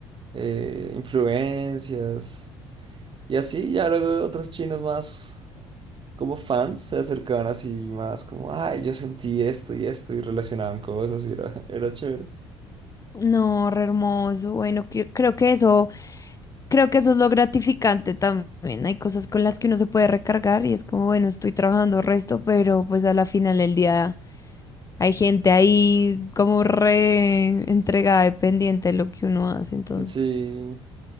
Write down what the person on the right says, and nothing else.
eh, influencias. Y así ya luego otros chinos más como fans se acercaban así más como, ay, yo sentí esto y esto y relacionaban cosas y era, <laughs> era chévere.
Sí.